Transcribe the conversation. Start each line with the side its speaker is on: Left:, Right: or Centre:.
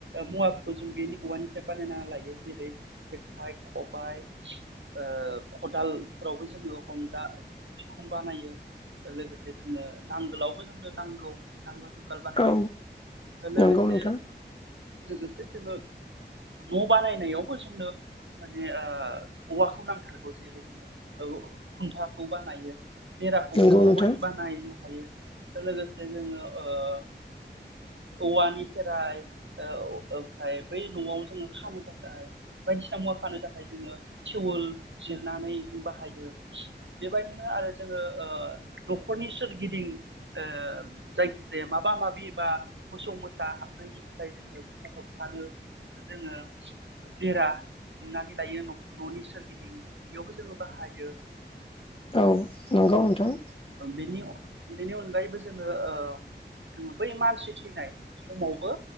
Right: मुवाफोरखौ जों बेनि औवानिफ्राय बानायना लायो जेरै जेखाइ खबाय ओ खदालफोरावबो जोङो हमग्रा बिखुं बानायो लोगोसे जोंनो नांगोलावबो जोंनो नांगौ नांग गोल बानायनाय
Left: औ
Right: लोगोसे
Left: नंगौ नोंथां
Right: लोगोसे जोङो न' बानायनायावबो जोंनो माने ओ औवाखौ नांथारगौ जेरै औ खुन्था। खौ बानायो। बेराखौबो
Left: नंगौ
Right: जोंङो
Left: नोंथां
Right: औवानि बानायनो हायो। लोगोसे जोङो ओ- ओ -औवानिफ्राय ओमफ्राय बै न'आव जोङो खानो थाखाय बायदिसिना मुवा खानो थाखाय जोङो थटिवल जिरनानै जों बाहायो बेबायदिनो आरो जोङो ओ न'खरनि सोरगिदिं ओ जायखिजाया माबा माबि बा मोसौ मोसा हाबनायनि थाखाय जोङो बेखौ होबथानो जोङो बेरा दुमनानै लायो न'नि सोरगिदिं बेयावबो जोङो बाहायो।
Left: औ नंगौ नोंथां।
Right: बेनि बेनि अनगायैबो जोङो ओ जोङो बै मानसि थैनाय समावबो